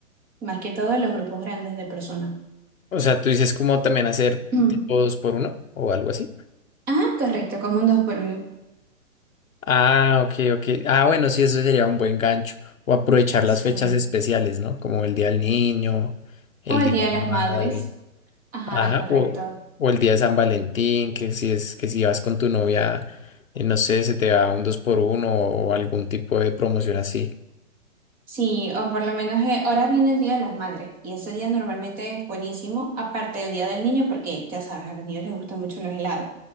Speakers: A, on the right (about 20°); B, on the left (about 75°).
A: más que todo en los grupos grandes de personas. <clears throat>
B: O sea, tú dices como también hacer
A: Mm.
B: tipo dos por uno o algo así.
A: Ah, correcto, como un dos por uno.
B: Ah, ok, ok. Ah, bueno, sí, eso sería un buen gancho. O aprovechar
A: Sí.
B: las fechas especiales, ¿no? Como el Día del Niño, el
A: O el
B: Día
A: Día
B: de
A: de las
B: la Madre.
A: Madres. Ajá,
B: Ajá,
A: correcto.
B: o, o el Día de San Valentín, que si es, que si vas con tu novia, eh, no sé, se te da un dos por uno o, o algún tipo de promoción así.
A: Sí, o por lo menos eh, ahora viene el Día de las Madres y ese día normalmente es buenísimo, aparte del Día del Niño, porque ya sabes, a los niños les gustan mucho los helados,